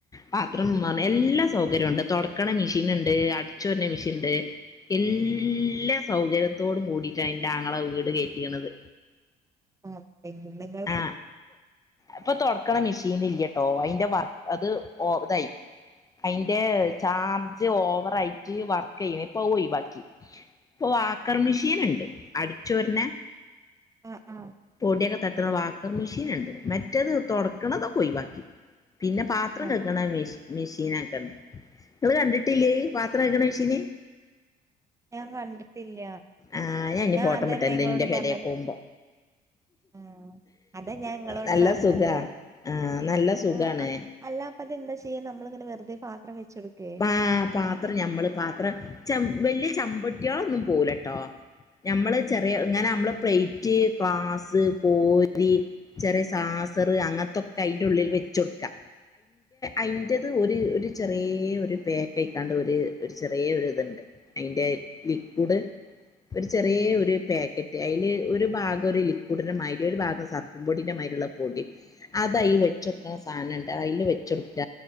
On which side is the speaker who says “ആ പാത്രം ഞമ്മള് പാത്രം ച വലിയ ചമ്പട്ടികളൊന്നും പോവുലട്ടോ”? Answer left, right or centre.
Left